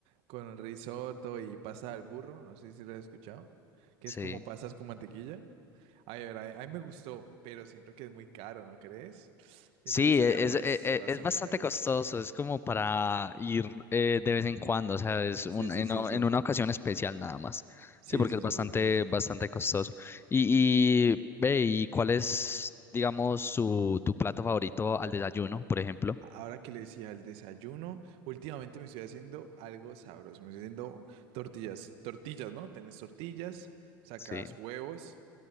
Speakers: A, on the right; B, on the left.
A: con risotto y pasta al burro. No sé si lo has escuchado. Que
B: Sí.
A: es como pasas con mantequilla. Ay, a ver, a, a mí me gustó, pero siento que es muy caro, ¿no crees? Siento
B: Sí,
A: que Historia
B: e-
A: de Amor
B: es, e-
A: es
B: e-
A: bastante
B: es bastante
A: carito.
B: costoso, es como para ir eh, de vez en cuando, o sea, es un,
A: Sí, sí,
B: en,
A: sí,
B: o-
A: sí.
B: en una ocasión especial nada más.
A: Sí,
B: Sí, porque
A: sí,
B: es bastante,
A: sí, yo creo que sí.
B: bastante costoso. Y, y ve, ¿y cuál es, digamos, su, tu plato favorito al desayuno, por ejemplo?
A: Ahora que le decía el desayuno, últimamente me estoy haciendo algo sabroso. Me estoy haciendo tortillas, tortillas, ¿no? Tenés tortillas, sacas
B: Sí.
A: huevos,